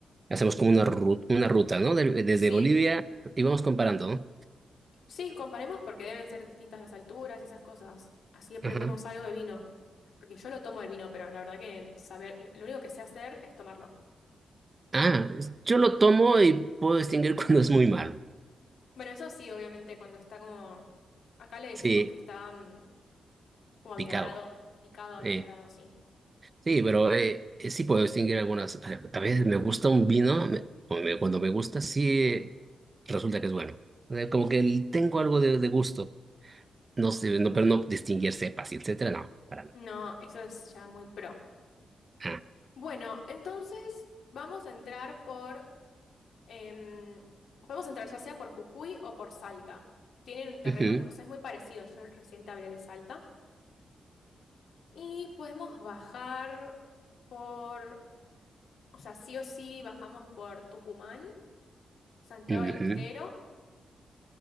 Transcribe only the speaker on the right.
Hacemos como una ruta, una ruta, ¿no? Del- desde
Bolivia y vamos comparando, ¿no?
Ajá.
Ah, yo lo tomo y puedo distinguir <laughs> cuando es muy malo.
Sí,
picado.
Eh,
sí, pero eh, eh, sí puedo distinguir algunas. A a veces me gusta un vino, me- o me- cuando me gusta, sí eh, resulta que es bueno. Eh, como que el- tengo algo de, de gusto. No sé, no, pero no distinguir cepas y etcétera, no, para nada.
Ah,
ujú,
ujú,